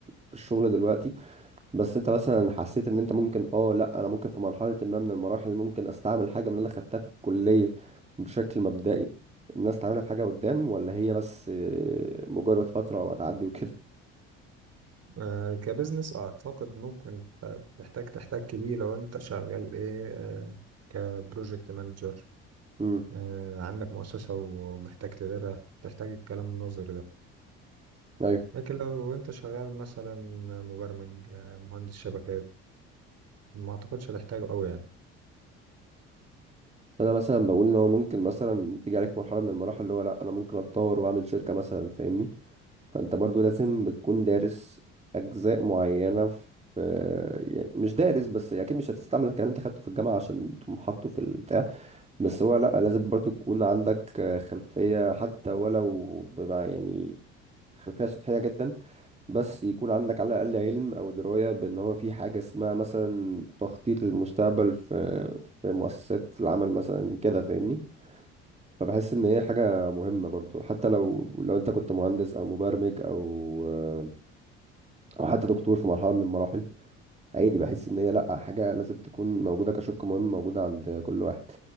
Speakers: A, on the right; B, on the right.
A: في الشغل دلوقتي بس انت مثلا حسيت ان انت ممكن اه لا انا ممكن في مرحلة ما من المراحل ممكن استعمل حاجة من اللي انا خدتها في الكلية بشكل مبدئي الناس تعملها في حاجة قدام ولا هي بس آه، مجرد فترة وهتعدي وكده
B: آه كبزنس أعتقد ممكن ت- تحتاج تحتك بيه لو أنت شغال إيه آه كبروجكت مانجر
A: امم
B: آه عندك مؤسسة ومحتاج تديرها تحتاج الكلام النظري ده
A: ايوه
B: لكن لو انت شغال مثلا مبرمج آه، مهندس شبكات ما اعتقدش هتحتاجه قوي يعني
A: انا مثلا بقول ان هو ممكن مثلا تيجي عليك مرحلة من المراحل اللي هو لا انا ممكن اتطور واعمل شركة مثلا فاهمني فانت برضو لازم بتكون دارس اجزاء معينة في آه، يعني مش دارس بس اكيد مش هتستعمل الكلام اللي انت خدته في الجامعة عشان تقوم حاطه في البتاع بس هو لأ لازم برضو تكون عندك آه، خلفية حتى ولو بمع يعني خلفية سطحية جدا بس يكون عندك على الأقل علم أو دراية بأن هو في حاجة اسمها مثلا تخطيط للمستقبل في في مؤسسات العمل مثلا كده فاهمني فبحس إن هي حاجة مهمة برضو حتى لو لو أنت كنت مهندس أو مبرمج أو آه، أو حتى دكتور في مرحلة من المراحل عادي بحس إن هي لأ حاجة لازم تكون موجودة كشق مهم موجودة عند كل واحد